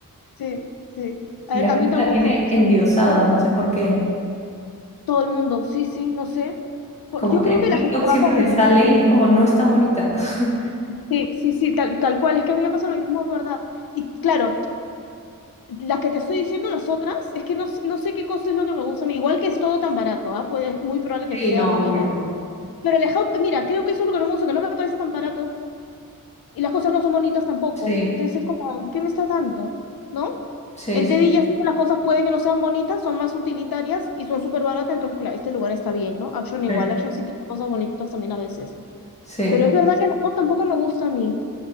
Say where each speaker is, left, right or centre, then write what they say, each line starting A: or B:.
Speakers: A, on the left; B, on the left.
A: Sí, sí. A,
B: Y la gente
A: a mí tampoco
B: la tiene
A: me gusta.
B: endiosada,
A: me gusta el
B: no sé por qué.
A: Todo el mundo, sí, sí, no sé. Por-
B: Como
A: yo creo
B: en
A: que
B: TikTok
A: la gente
B: siempre
A: va con
B: me
A: niños.
B: sale y es como no es tan bonita. <laughs>
A: Sí, sí, sí, tal, tal cual. Es que a mí me pasa lo mismo, es verdad. Y claro, las que te estoy diciendo, las otras, es que no, s- no sé qué cosa es lo que me gusta a mí. Igual que es todo tan barato, ¿ah? Pues es muy probable que
B: Sí,
A: sea
B: no,
A: más
B: obvio.
A: bien Pero el Hub, mira, creo que eso es lo que no me gusta, que no me parece tan barato y las cosas no son bonitas tampoco.
B: Sí,
A: Entonces es como, ¿qué me estás dando? ¿No?
B: sí,
A: En
B: sí,
A: Teddy
B: sí.
A: ya sí las cosas puede que no sean bonitas, son más utilitarias y son súper baratas, entonces claro, este lugar está bien, ¿no? Action igual,
B: Sí.
A: Action sí tiene cosas bonitas también a veces.
B: Sí.
A: Pero es verdad que el Hub tampoco me gusta a mí.